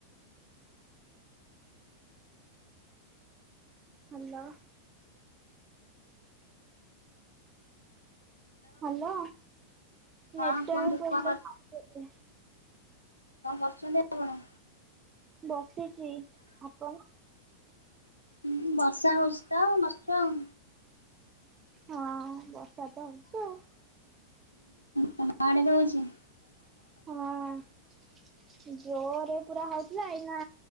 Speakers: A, on the right; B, on the left.
A: ହାଲୋ। ହ୍ୟାଲୋ
B: ହଁ
A: ନେଟୱାର୍କ
B: କୁହନ୍ତୁ କଣ
A: ପ୍ରୋବଲେମ୍
B: କର
A: ଆସୁଛି।
B: କଣ କରୁଛନ୍ତି ଆପଣ?
A: ବସିଛି। ଆପଣ?
B: ହୁଁ ବର୍ଷା ହୋଉଛି ତ ବସିଛୁ ଆଉ।
A: ହଁ ବର୍ଷା ତ ହୋଉଛି ଆଉ।
B: ହୁଁ ତମ ଆଡେ ବି ହୋଉଛି?
A: ହଁ। ଜୋରରେ ପୁରା ହୋଉଥିଲା ଏଇନା